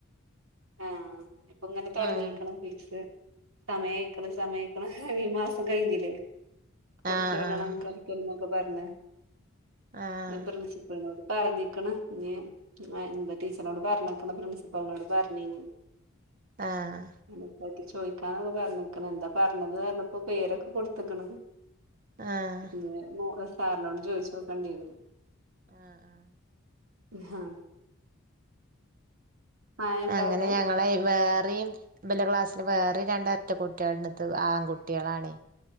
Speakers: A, on the right; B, on the right.
A: ആഹ് ഇപ്പങ്ങനെ തൊടങ്ങീക്ക്ണ്
B: ഉം
A: ഫീസ് സമയായ്ക്ക്ണ് സമയായ്ക്ക്ണ് ഈ മാസം കയ്ഞ്ഞിലേ കൊട്ത്ത്
B: ആഹ്
A: വിടണം
B: ആഹ്
A: കളിക്കാൻന്നൊക്കെ പർഞ്ഞ്
B: ആഹ്
A: ഇ പ്രിൻസിപ്പിൾനോട് പറഞ്ഞിക്ക്ണ് ഞ്ഞ് എന്താ ടീച്ചർനോട് പർഞ്ഞിക്ക്ണ് പ്രിൻസിപ്പിൾനോട് പർഞ്ഞീനി
B: ആഹ്
A: അയ്നെ പറ്റി ചോയ്ക്കാന്നൊക്കെ പർഞ്ഞ്ക്ക്ണ് എന്താ പർഞ്ഞത്‌ന്നർഞ്ഞപ്പോ പേരൊക്കെ കൊട്ത്ത്ക്ക്ണ്
B: ആഹ്
A: പിന്നെ മു സാറ്നോട് ചോയ്ച്ചാേക്കെണ്ട്യെരും
B: ആഹ് ആഹ്
A: ഹാ മഴണ്ടോ
B: അങ്ങനെ
A: അവിടെ
B: ഞങ്ങളെ വേറിം ഇബലെ ക്ലാസ്സില് വേറിം രണ്ട് എര്ട്ട കുട്ട്യാള്ണ്ട് ത് ആങ്കുട്ട്യാളാണെ